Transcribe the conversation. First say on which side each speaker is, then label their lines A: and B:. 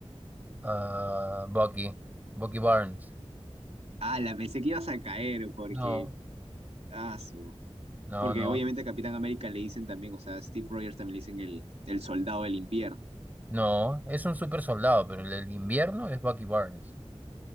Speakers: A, on the right; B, on the right.
A: Ah, Bucky. Bucky Barnes.
B: Ah, la pensé que ibas a caer porque...
A: No,
B: Ah, su...
A: no,
B: Porque
A: no.
B: obviamente a Capitán América le dicen también, o sea, a Steve Rogers también le dicen el, el soldado del invierno.
A: No, es un super soldado, pero el del invierno es Bucky Barnes.